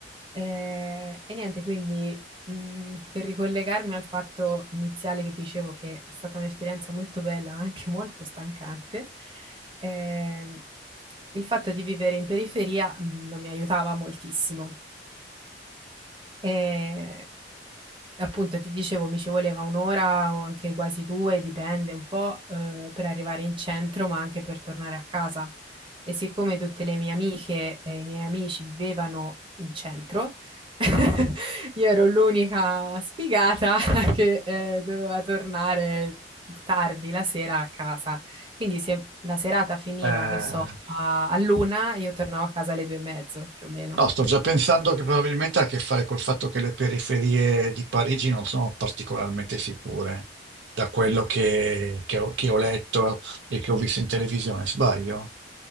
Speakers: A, on the right; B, on the right.
A: Eh, e niente, quindi mh, per ricollegarmi al fatto iniziale che dicevo che è stata un'esperienza molto bella, <laughs> ma anche molto stancante, ehm, il fatto di vivere in periferia mh, non mi aiutava moltissimo. Eh, Appunto, ti dicevo, mi ci voleva un'ora o anche quasi due, dipende un po', eh, per arrivare in centro, ma anche per tornare a casa. E siccome tutte le mie amiche e i miei amici vivevano in centro, <laughs> io ero l'unica sfigata <laughs> che, eh, doveva tornare tardi la sera a casa. Quindi se la serata finiva,
B: eh,
A: che so, a- all'una, io tornavo a casa alle due e mezzo, più o meno.
B: no, sto già pensando che probabilmente ha a che fare col fatto che le periferie di Parigi non sono particolarmente sicure, da quello che, che ho, che ho letto e che ho visto in televisione, sbaglio?